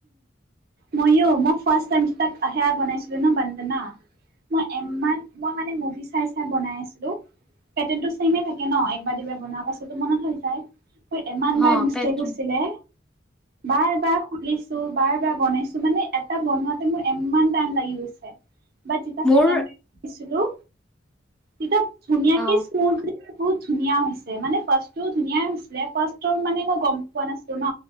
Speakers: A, on the right; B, in the centre.
A: মইও, মই ফাৰ্ষ্ট টাইম ইনষ্টাত সেয়া বনাইছিলো ন বন্দনা, মই এম্মান মই মানে মুভি চাই চাই বনাই আছিলো। পেটাৰ্ন টো চেম এ থাকে ন, একবাৰ দুবাৰ বনোৱাৰ পাছত তো মনত হৈ যায়। মোৰ ইমান
B: অ
A: বাৰ মিষ্টেক
B: পেটাৰ্ণ
A: হৈছিলে বাৰ, বাৰ খুুলি <unintelligible> এটা বনাইছো মানে এটা বনোৱাতে মোৰ এম্মান টাইম লাগি গৈছে। বাত, যেতা
B: মোৰ
A: ছেকেন্ড <unintelligible> ছিলোঁ <unintelligible> ধুনীয়া
B: অ
A: কি <unintelligible> বহুত ধুনীয়া হৈছে, মানে ফাৰ্ষ্টো ধুনীয়া এ হৈছিলে, ফাৰ্ষ্ট টো মানে মই গম পোৱা নাছিলো ন।